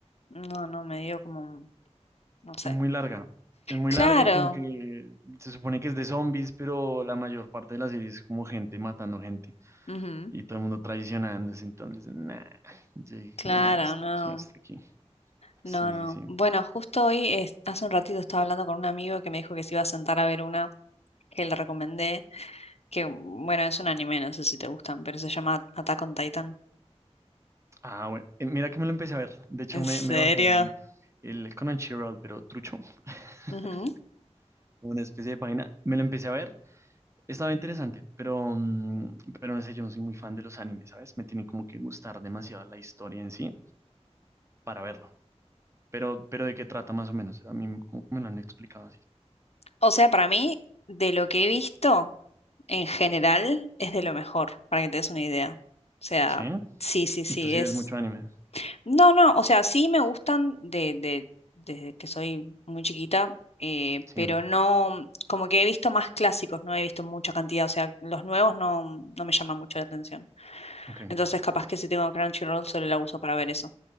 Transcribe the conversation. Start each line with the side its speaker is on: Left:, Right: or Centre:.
Left: no, no, me dio como, un- no sé.
Right: Es muy larga. Es muy
Left: Claro.
Right: larga y como que se supone que es de zombies, pero la mayor parte de la serie es como gente matando gente
Left: ujú,
Right: y todo el mundo traicionándose. Entonces, nah, yo dije
Left: Claro,
Right: como, nah, hasta
Left: no.
Right: aquí, hasta aquí.
Left: No,
Right: Sí,
Left: no.
Right: sí, sí.
Left: Bueno, justo hoy, es- hace un ratito estaba hablando con un amigo que me dijo que se iba a sentar a ver una que le recomendé, que bueno, es un anime, no sé si te gustan, pero se llama Attack on Titan.
Right: Ah, bueno, eh, mira que me lo empecé a ver. De hecho,
Left: ¿En
Right: me,
Left: serio?
Right: me bajé el, el Crunchyroll, pero trucho, <laughs>
Left: Ujú.
Right: como una especie de página. Me lo empecé a ver. Estaba interesante, pero, mm, pero no sé, yo no soy muy fan de los animes, ¿sabes? Me tiene como que gustar demasiado la historia en sí para verlo. Pero, pero ¿de qué trata más o menos? A mí como que me lo han explicado así.
Left: O sea, para mí, de lo que he visto en general, es de lo mejor, para que te des una idea. O sea,
Right: ¿Sí?
Left: sí, sí, sí,
Right: ¿Y tú sí
Left: es.
Right: ves mucho anime?
Left: No, no, o sea, sí me gustan de, de, desde que soy muy chiquita, eh,
Right: Sí.
Left: pero no, como que he visto más clásicos, no he visto mucha cantidad, o sea, los nuevos no, no me llaman mucho la atención.
Right: Ok.
Left: Entonces, capaz que si tengo Crunchyroll solo la uso para ver eso.